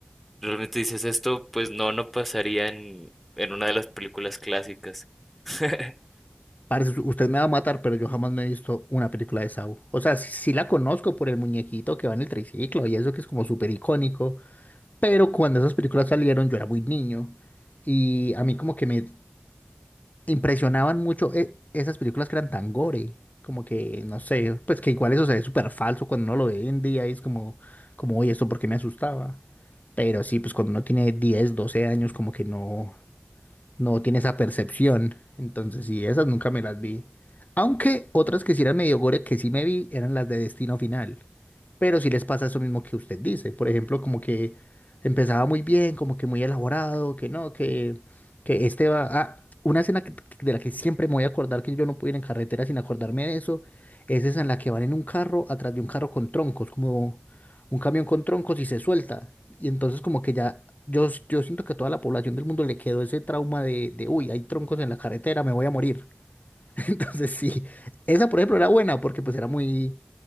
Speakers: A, in the centre; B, on the left (about 40°).
A: Realmente dices esto, pues no, no pasaría en, en una de las películas clásicas. <laughs>
B: Parce, usted me va a matar, pero yo jamás me he visto una película de Saw. O sea, sí, sí la conozco por el muñequito que va en el triciclo y eso que es como súper icónico, pero cuando esas películas salieron yo era muy niño y a mí como que me impresionaban mucho eh, esas películas que eran tan gore, como que, no sé, pues que igual eso se ve súper falso cuando uno lo ve hoy en día y es como, como, oye, ¿esto por qué me asustaba? Pero sí, pues cuando uno tiene 10 12 años, como que no, no tiene esa percepción. Entonces, sí, esas nunca me las vi. Aunque otras que sí eran medio gore que sí me vi eran las de Destino Final. Pero sí les pasa eso mismo que usted dice. Por ejemplo, como que empezaba muy bien, como que muy elaborado, que no, que, que este va... Ah, una escena que- de la que siempre me voy a acordar, que yo no puedo ir en carretera sin acordarme de eso, es esa en la que van en un carro atrás de un carro con troncos, como un camión con troncos y se suelta. Y entonces como que ya, yo, yo siento que a toda la población del mundo le quedó ese trauma de, de, uy, hay troncos en la carretera, me voy a morir. <laughs> Entonces sí, esa por ejemplo era buena porque pues era muy,